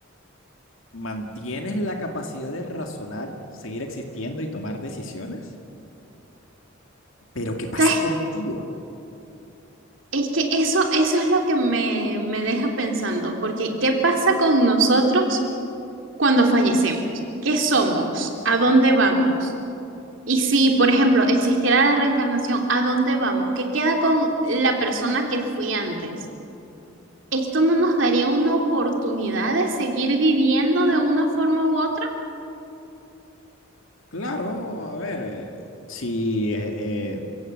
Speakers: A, on the left; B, on the right.
A: mantienes la capacidad de razonar, seguir existiendo y tomar decisiones, pero ¿qué pasa
B: ¿Sabes
A: contigo?
B: Es que eso, eso es lo que me, me deja pensando, porque ¿qué pasa con nosotros cuando fallecemos? ¿Qué somos? ¿A dónde vamos? Y si, por ejemplo, existiera la reencarnación, ¿a dónde vamos? ¿Qué queda con la persona que fui antes? ¿Esto no nos daría una oportunidad de seguir viviendo de una forma u otra?
A: Claro, a ver, eh, si eh, eh,